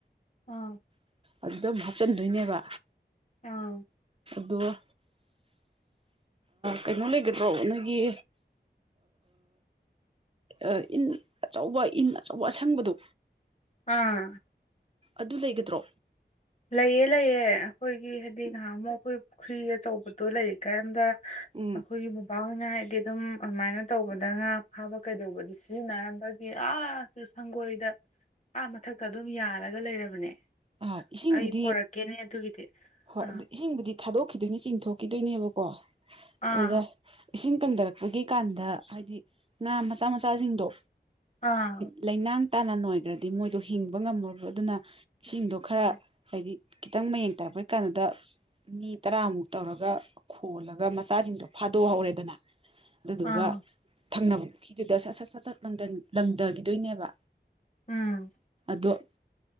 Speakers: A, on the left (about 40°); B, on the right (about 30°).
A: ꯑꯥ
B: ꯑꯗꯨꯗ ꯑꯃꯨ ꯍꯥꯞꯆꯤꯟꯗꯣꯏꯅꯦꯕ
A: ꯑꯥ
B: ꯗꯣ ꯀꯩꯅꯣ ꯂꯩꯒꯗ꯭ꯔꯣ ꯅꯣꯏꯒꯤ ꯑ ꯏꯟ ꯑꯆꯧꯕ ꯏꯟ ꯑꯆꯧꯕ ꯑꯁꯪꯕꯗꯨ
A: ꯑꯥ
B: ꯑꯗꯨ ꯂꯩꯒꯗ꯭ꯔꯣ
A: ꯂꯩꯑ ꯂꯩꯌꯦ ꯑꯩꯈꯣꯏꯒꯤ ꯍꯥꯏꯗꯤ ꯉꯍꯥ ꯑꯃꯨꯛ ꯑꯩꯈꯣꯏ ꯐꯈꯔꯤ ꯑꯆꯧꯕꯗ ꯇꯣ ꯂꯩꯔꯤꯀꯥꯟꯗ
B: ꯎꯝ
A: ꯑꯩꯈꯣꯏꯒꯤ ꯕꯥꯍꯣꯏꯅ ꯍꯥꯏꯗꯤ ꯑꯗꯨꯝ ꯑꯗꯨꯃꯥꯏꯅ ꯇꯧꯕꯗ ꯉꯥ ꯐꯥꯕ ꯀꯩꯗꯧꯕꯗꯤ ꯁꯤꯖꯤꯟꯅꯔꯝꯕꯒꯤ ꯑꯁ ꯑꯗꯨ ꯁꯪꯒꯣꯏꯗ ꯑꯥ ꯃꯊꯛꯇ ꯑꯗꯨꯝ ꯌꯥꯔꯒ ꯂꯩꯔꯕꯅꯦ
B: ꯑꯥ ꯏꯁꯤꯡꯕꯨꯗꯤ
A: ꯑꯩ ꯄꯣꯔꯛꯀꯦꯅꯦ ꯑꯗꯨꯒꯤꯗꯤ
B: ꯍꯣꯏ
A: ꯑꯥ
B: ꯑꯗꯨ ꯏꯁꯤꯡꯕꯨꯗꯤ ꯊꯥꯗꯣꯛꯈꯤꯗꯣꯏꯅꯦ ꯆꯤꯡꯊꯣꯛꯈꯤꯗꯣꯏꯅꯦꯕꯀꯣ
A: ꯑꯥ
B: ꯑꯗꯨꯗ ꯏꯁꯤꯡ ꯀꯪꯊꯔꯛꯄꯒꯤ ꯀꯥꯟꯗ ꯍꯥꯏꯗꯤ ꯉꯥ ꯃꯆꯥ ꯃꯆꯥꯁꯤꯡꯗꯣ
A: ꯑꯥ
B: ꯂꯩ ꯂꯩꯅꯥꯡ ꯇꯥꯅ ꯅꯣꯏꯈ꯭ꯔꯗꯤ ꯃꯣꯏꯗꯣ ꯍꯤꯡꯕ ꯉꯝꯃꯕ ꯑꯗꯨꯅ ꯏꯁꯤꯡꯗꯣ ꯈꯔ
A: ꯑꯥ
B: ꯍꯥꯏꯗꯤ ꯈꯤꯇꯪ ꯃꯌꯦꯡ ꯇꯥꯛꯄꯩ ꯀꯥꯟꯗꯨꯗ ꯃꯤ ꯇꯔꯥꯃꯨꯛ ꯇꯧꯔꯒ ꯈꯣꯜꯂꯒ ꯃꯆꯥꯁꯤꯡꯗꯣ ꯐꯥꯗꯣꯛꯍꯧꯔꯦꯗꯅ ꯑꯗꯨꯗꯨꯒ
A: ꯑꯥ
B: ꯊꯪꯅꯕ ꯄꯨꯈꯤꯗꯨꯗ ꯁꯠ ꯁꯠ ꯁꯠ ꯁꯠ ꯂꯪꯊꯈꯤꯗꯣꯏꯅꯦꯕ
A: ꯎꯝ
B: ꯗꯣ